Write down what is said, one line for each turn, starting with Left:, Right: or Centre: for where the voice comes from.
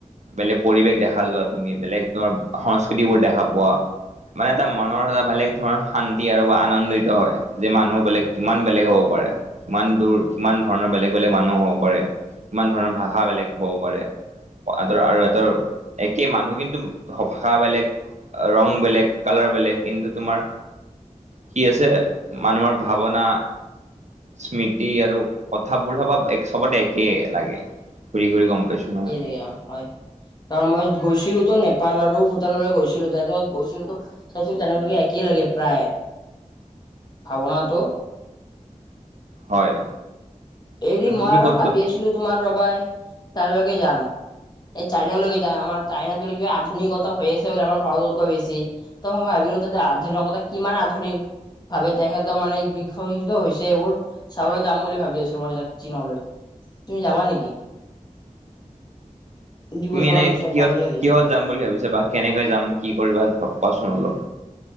Right: বেলেগ পৰিৱেশ দেখা ভাল লোৱা তুমি বেলেগ ধৰ সংস্কৃতিবোৰ দেখা পোৱা মানে এটা মনৰ এটা বেলেগ ধৰণৰ শান্তি আৰু বা আনন্দিত হয় যে মানুহ বেলেগ কিমান বেলেগ হ'ব পাৰে। ইমান দূৰ সিমান ধৰণৰ বেলেগ বেলেগ মানুহ হ'ব পাৰে সমান ধৰণৰ ভাষা বেলেগ হ'ব পাৰে। আৰু ধৰা আৰু ইহঁতৰ একে মানুহ কিন্তু ভাষা বেলেগ ৰং বেলেগ কালাৰ বেলেগ কিন্তু তোমাৰ কি আছে মানুহৰ ভাৱনা স্মৃতি আৰু কথাবোৰ সবা এক সবতে একে লাগে ঘূৰি - ঘূৰি গম পাইছো নহয়।
Left: ইয় হয়। কাৰণ মই গৈছিলো তো নেপাল আৰু ভূটানলৈ গৈছিলো ত এজন গৈছিলোত চাইছিল তেনেকুৱাকে একেই লাগে প্ৰায় ভাৱনাটো
Right: হয়
Left: এৰি মই
Right: তুমি
Left: আৰু
Right: ক'ত
Left: ভাবি
Right: ক'ত
Left: আছিলো তোমাৰ ৰবাই তাৰলৈকে যাম এই চাইনালৈকে যাম আমাৰ চাইনাত বুলি কিবা আধুনিকতা হৈ আছে বুলি আমাৰ ভাৰতকৈ বেছি ত মই ভাবিলো ত আধুনিকতা কিমান আধুনিক ভাবে তেখেতৰ মানে বৃক্ষ শিক্ষ হৈছে এইবোৰ চাবলৈ যাম বুলি ভাবি আ ছো মই চীনলৈ তুমি যাবা নেকি? দুই
Right: তুমি
Left: বছৰ
Right: এনে
Left: মান পিছত
Right: কিহত
Left: যাম বুলি ভাবি
Right: - কিহত
Left: আছিলো
Right: যাম বুলি ভাবিছা বা কেনেকে যাম কি কৰিবা কোৱাচোন অলপ।